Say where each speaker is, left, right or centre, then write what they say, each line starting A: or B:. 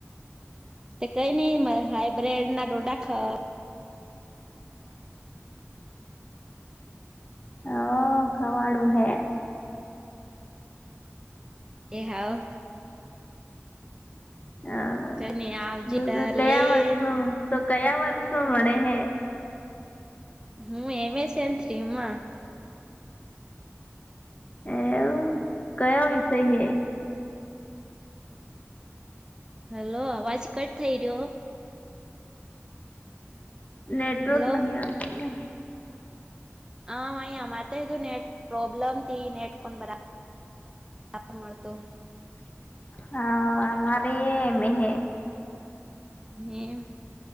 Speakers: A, on the right; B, on the left.
A: તે કઈ નહીિ હાઈબ્રેડ ના ડોડા ખા
B: હ ખવાડો હૈ
A: એ હા
B: હા
A: કઈ નઈ આવજે
B: બધા
A: તાર
B: કયા
A: લેન
B: વર્ષમાં તો કયા વર્ષમાં મળે હે
A: હમ એમ સેંત ર્રી અમા
B: એવું કયો વિષય હે
A: હલો અવાજ કટ થઈ રહ્યો
B: નેટવર્ક
A: હલો
B: નહીં આવતી
A: હ માાઈ અમારે તોઈું નનેટ પ્રોબ્મ તથી નનેટક બરા આાર મળતો.
B: હ આમાર એ મેહ.
A: હમ